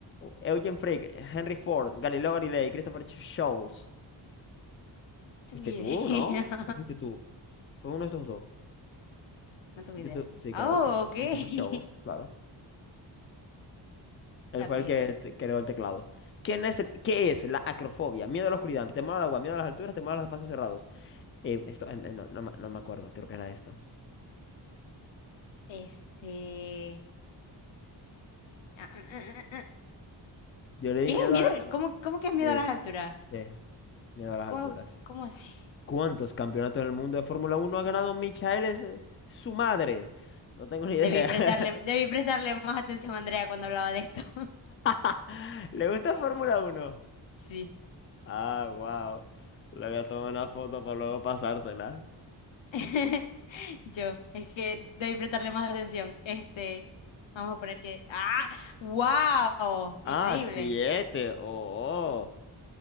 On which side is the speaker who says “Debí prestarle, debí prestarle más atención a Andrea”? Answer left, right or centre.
Left